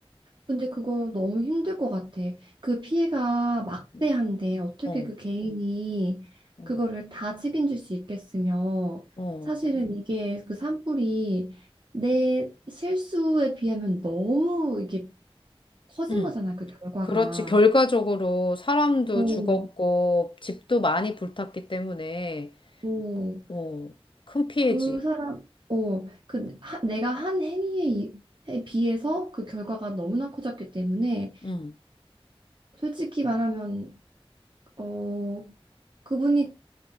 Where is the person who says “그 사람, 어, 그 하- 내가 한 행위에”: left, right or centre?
Right